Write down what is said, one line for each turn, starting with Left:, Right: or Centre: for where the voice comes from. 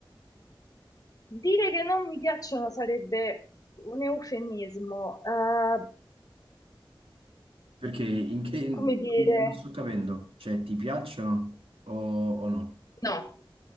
Left: dire che non mi piacciono sarebbe un eufemismo. eh,
Right: Perché in che...
Left: come dire?
Right: Non sto capendo, cioè ti piacciono o, o no?
Left: No.